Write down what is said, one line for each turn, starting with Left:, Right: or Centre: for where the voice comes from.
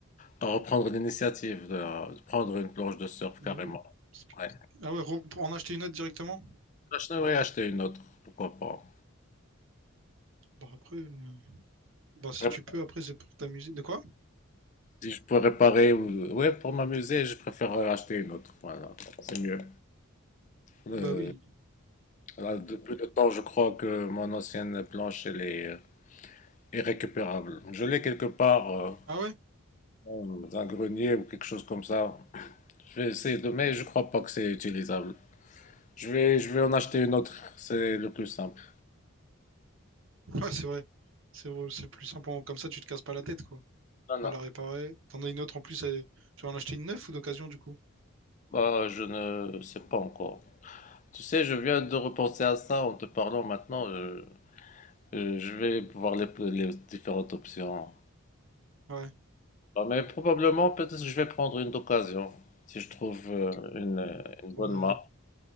Left: à reprendre l'initiative de, de prendre une planche de surf carrément.
Right: Eh oui. Parce que-
Left: Ouais.
Right: Ah ouais, rep- en acheter une autre directement?
Left: Je devrais acheter une autre, pourquoi pas.
Right: Bah, après, euh, bah, si
Left: Rép-
Right: tu peux, après, c'est pour t'amuser. De quoi?
Left: Si je peux réparer ou ouais, pour m'amuser, je préfère acheter une autre. Voilà, c'est mieux. Euh,
Right: Bah oui.
Left: là, depuis le temps, je crois que mon ancienne planche, elle est euh, irrécupérable. Je l'ai quelque part euh,
Right: Ah ouais?
Left: dans un grenier ou quelque chose comme ça. Je vais essayer de, mais je crois pas que c'est utilisable. Je vais, je vais en acheter une autre, c'est le plus simple.
Right: Ouais, c'est vrai. C'est vrai, c'est le plus simple. Comme ça, tu te casses pas la tête, quoi.
Left: Non,
Right: À
Left: non,
Right: la réparer. T'en as une autre en plus. elle- Tu vas en acheter une neuve ou d'occasion, du coup?
Left: bah, je ne sais pas encore. Tu sais, je viens de repenser à ça en te parlant maintenant. euh, euh, je vais voir les, les différentes options.
Right: Ouais.
Left: Bah, mais probablement, peut-être que je vais prendre une d'occasion, si je trouve euh, une, euh, une bonne
Right: Ouais.
Left: marque.